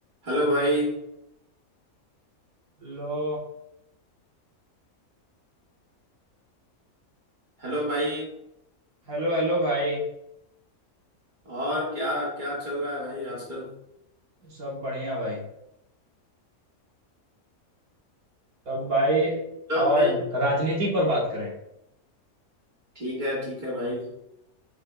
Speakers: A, on the right; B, on the right.
A: हेलो भाई
B: लो
A: हेलो भाई
B: हेलो हेलो भाई
A: और क्या क्या चल रहा है भाई आजकल
B: सब बढ़िया भाई तब भाई
A: हेलो
B: और
A: भाई
B: राजनीति पर बात करें
A: ठीक है ठीक है भाई